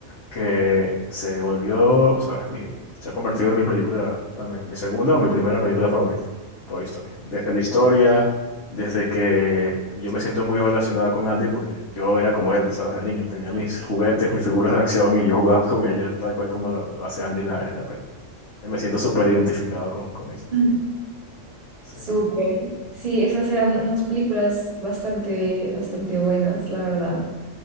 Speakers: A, on the left; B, on the right.
A: que se volvió, o sea, mi- se ha convertido en mi película también, mi segunda o mi primera película favorita, Toy Story. Desde la historia, desde que yo me siento muy relacionada con Andy porque yo era como él, ¿sabes? De niño, tenía mis juguetes, mis figuras de acción y yo jugaba con ellas tal cual como lo, lo hace Andy en la, en la peli. Me siento súper identificado con, con eso.
B: Ujú.
A: Sí,
B: Súper. Sí, esas eran unas películas bastante, bastante buenas, la verdad.